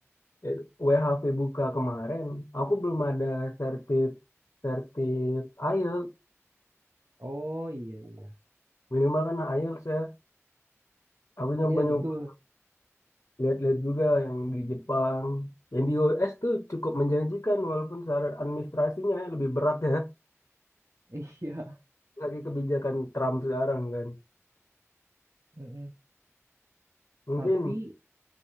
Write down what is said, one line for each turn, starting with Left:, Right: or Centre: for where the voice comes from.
Left: eh, WHV buka kemarin, aku belum ada sertif sertif IELTS.
Right: Oh iya iya.
Left: Minimal kan IELTS ya. Aku nyoba-nyoba
Right: Iya betul. <laughs>
Left: lihat-lihat juga yang di Jepang. Yang di US tuh cukup menjanjikan walaupun syarat administrasinya ya lebih berat ya.
Right: Iya.
Left: <laughs> Lagi kebijakan Trump sekarang kan.
Right: Mm-mm.
Left: Mungkin
Right: Tapi